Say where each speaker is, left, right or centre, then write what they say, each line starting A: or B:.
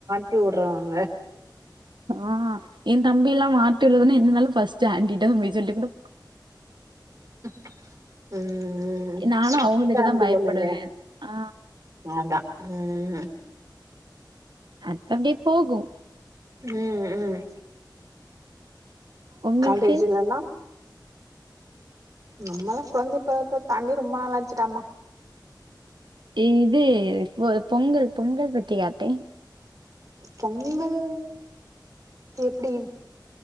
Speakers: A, on the right; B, on the right.
A: ட்டி உடுறாங்க
B: ஆ என் தம்பி எல்லா மாட்டி உட்றதுன்னா என்னாலு ஃபஸ்ட்டு ஆன்டிட்டதா போய் சொல்லி புடு
A: <inaudible> உம் உம்
B: நானு
A: ஸ்ட்ரிக்ட்
B: அவங்களுக்கு
A: ஆன்ட்டி
B: தா பயப்படுவே
A: போலயே
B: ஆ
A: அதா உம்
B: அ அப்டே போகு
A: உம் உம்
B: உங்களுக்கு
A: காலேஜ் இல்லனா நம்மளா கொழந்தை பருவத்த தாண்டி ரொம்ப நாள் ஆச்சுடாம்மா
B: இது பொங்கல் பொங்கல் பத்தியா அத்தை
A: பொங்கல் எப்டி